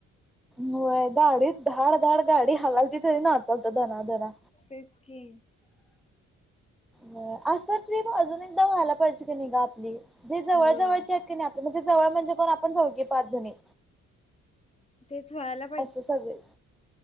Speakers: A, in the centre; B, on the left.
A: होयं गांडी धांड धांड गांडी हलांलती तरी नांचलतो धनांधनां
B: तेचं की
A: होयं असं ट्रीप अजूंन एकदाचं व्हायंला पाहिजे की नाहीं गं आपली जे जवळं
B: व्हय
A: जवळंची आहेतं कणी आपली म्हणजे जवळं म्हणजे कोणं आपणं चौघी पांच जणी
B: तेचं व्हायंला
A: असं सगळे